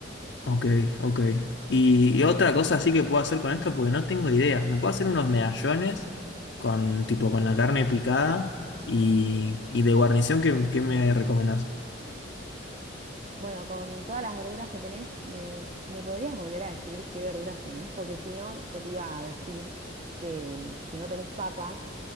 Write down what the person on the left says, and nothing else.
ok, ok. Y, y otra cosa así que puedo hacer con esto, porque no tengo idea. Me puedo hacer unos medallones con, tipo, con la carne picada y, y de guarnición, ¿qué, qué me recomendás?